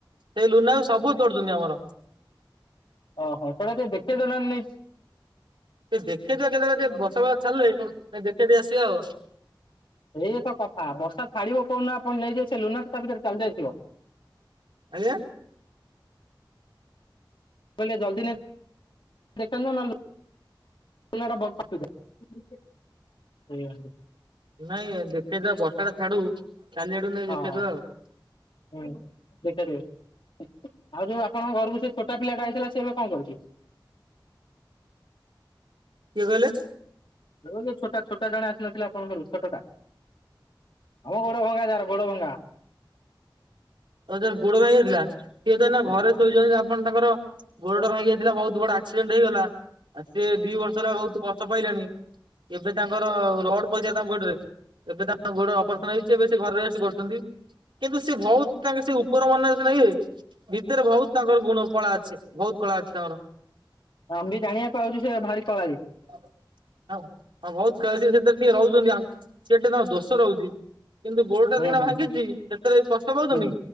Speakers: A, on the right; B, on the left.
A: ସେଇ ଲୁନାକୁ ସବୁ ଚଢୁଛନ୍ତି ଆମର।
B: ଓ ହୋ ସେଇଟା ଟିକେ ଦେଖେଇ ଦଉ ନାହାଁନ୍ତି ନେଇକି?
A: ଟିକେ ଦେଖେଇଦବା କେତେବେଳେ ଟିକେ ବର୍ଷା ଫର୍ଷା ଛାଡ଼ିଲେ, ଯାଇକି ଦେଖେଇ ଦେଇକି ଆସିବା ଆଉ।
B: ଏଇ ଏତ କଥା ବର୍ଷା ଛାଡିବ କୋଉ ଦିନ ଆପଣ ନେଇଯିବେ, ସେ ଲୁନା ତ ତା ଭିତରେ ଚାଲି ଯାଇଥିବ।
A: ଆଜ୍ଞା।
B: ମୁଁ କହିଲି ଜଲଦି ନେ ଦେଖେଇ ଆଣିବୁ ନହେଲେ ଲୁନାଟା। <unintelligible> ସେଇଆ।
A: ନାଇଁ ଦେଖେଇଦବା ବର୍ଷାଟା ଛାଡୁ, କାଲି ଆଡୁକୁ ନେଇ
B: ହଁ
A: ଦେଖେଇଦବା
B: ହଁ
A: ଆଉ।
B: ହୁଁ ଦେଖେଇ ଦେ, ଆଉ ଯୋଉ ଆପଣଙ୍କ ଘରକୁ ସେ ଛୋଟା ପିଲାଟା ଆଇଥିଲା ସେ ଏବେ କଣ କରୁଛି?
A: କିଏ କହିଲେ?
B: ଏ ଛୋଟା ଛୋଟା ଜଣେ ଆସିନଥିଲା ଆପଣଙ୍କ ଘରକୁ, ଛୋଟାଟା। ହଁ ମ ଗୋଡ ଭଙ୍ଗା ଯାର ଗୋଡ ଭଙ୍ଗା।
A: ଓ ଯାହାର ଗୋଡ ଭାଙ୍ଗି ଯାଇଥିଲା, ସିଏ ତ ଏଇନା
B: ହଁ
A: ଘରେ ଶୋଇଛନ୍ତି। ଆପଣ ତାଙ୍କର ଗୋଡଟା
B: ଆମେ
A: ଭାଙ୍ଗି ଯାଇଥିଲା ବହୁତ ବଡ ଆକ୍ସିଡେଣ୍ଟ ହେଇଗଲା, ସିଏ ଦି ବର୍ଷ ହେଲା ବହୁତ କଷ୍ଟ ପାଇଲେଣି। ଏବେ ତାଙ୍କର ରଡ ପଇଥିଲା ତାଙ୍କ ଗୋଡରେ, ଏବେ ତାଙ୍କ ହ ଗୋଡ ଅପରେସନ ହେଇଚି ଏବେ ସେ ଘରେ ରେଷ୍ଟ କରୁଚନ୍ତି। କିନ୍ତୁ ସେ ବହୁତ ତାଙ୍କେ ସେ ଉପର ମନରେ ସିନା ଇଏ ଭିତରେ ବହୁତ ତାଙ୍କର ଗୁଣ କଳା ଅଛି ବହୁତ କଳା ଅଛି ତାଙ୍କର।
B: ଆମେ ବି ଜାଣିବା ପାଉଚୁ ସେ ଭାରି କଳାଳୀ।
A: ହଁ ହଁ ବହୁତ <unintelligible> ସେଥିରେ ଟିକେ ରହୁଚନ୍ତି ଆ ସିଏ ଟିକେ ତାଙ୍କ ଦୋଷ
B: ହୁଁ
A: ରହୁଚି କିନ୍ତୁ ଗୋଡଟା ସିନା
B: ହୁଁ ହୁଁ
A: ଭାଙ୍ଗିଚି ସେଥିରେ କ ଷ୍ଟ ପାଉଚନ୍ତି
B: ହୁଁ